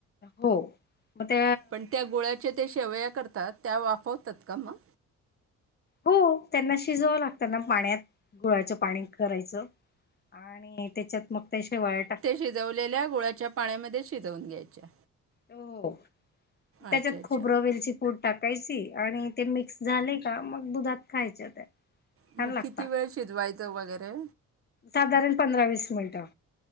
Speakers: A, on the left (about 35°); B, on the right (about 45°).
A: हो. मग ते
B: पण त्या गुळ्याच्या त्या शेवया करतात, त्या वाफवतात का मग?
A: हो त्यांना शिजवावं लागतना पाण्यात, गुळाचं पाणी करायचं आणि त्याच्यात मग त्या शेवाळ्या टाक
B: भीजवलेल्या गुळाच्या पाण्यामध्ये शिजवून घ्यायच्या.
A: हो हो, त्याच्यात
B: अच्छा अच्छा
A: खोबरं, वेलचि पुड टाकायची आणि ते मिक्स झालय का मग दुधात खायच्या त्या छान
B: म
A: लागतात
B: किती वेळ शिजवायचं वगैरे
A: साधारण पंधरा वीस मिनिटं